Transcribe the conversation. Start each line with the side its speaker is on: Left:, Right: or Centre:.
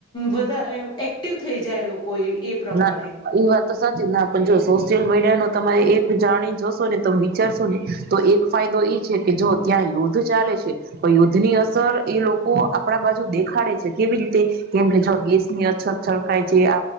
Left: બધા એક્ટિવ થઈ જાય લોકો. એ એ પ્રમાણે
Right: ના એ વાત તો સાચી ના પણ જો સોસ સોશિલ મીડિયા ન તમે એક જાણી જોશો ને તોમે વિચારશો ને, તો એક ફાયદો એ છે કે જો ત્યાં યુદ્ધ ચાલે છે, તો યુદ્ધ ની અસર એ લોકો આપણા બાજુ દેખાડે છે કેવી રીતે, કેમ કે જો ગેસની અછત છળકાય છે.